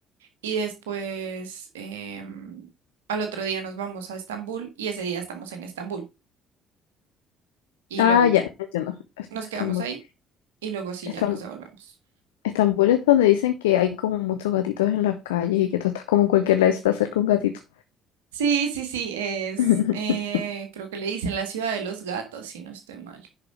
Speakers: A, on the right (about 75°); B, on the left (about 70°).
A: Y después em, al otro día nos vamos a Estambul y ese día estamos en Estambul. Y
B: Ah,
A: luego
B: ya, entiendo. Est-
A: nos
B: Estambul.
A: quedamos ahí y luego sí ya
B: Estam-
A: nos devolvemos.
B: Estambul es donde dicen que hay como muchos gatitos en las calles y que tú estás como en cualquier lado y se te acerca un gatito.
A: Sí, sí, sí, es,
B: <laughs>
A: eh, creo que le dicen la ciudad de los gatos, si no estoy mal.